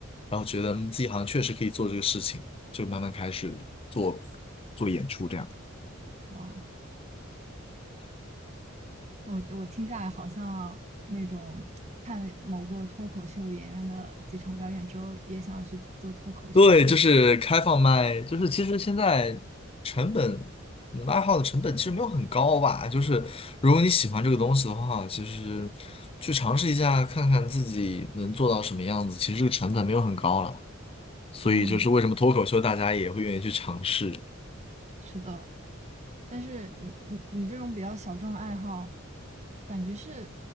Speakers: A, on the left (about 30°); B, on the right (about 35°).
A: 然后觉得嗯自己好像确实可以做这个事情。就慢慢开始做做演出这样。
B: 哇，我我听下来好像那种看了某个脱口秀演员的几场表演之后，也想要去做脱口秀的那。
A: 对，就是开放麦，就是其实现在成本爱好的成本其实没有很高吧，就是如果你喜欢这个东西的话，其实去尝试一下看看自己能做到什么样子，其实这个成本没有很高了，所以就是为什么脱口秀大家也会愿意去尝试。
B: 嗯，是的，但是你你你这种比较小众爱好，感觉是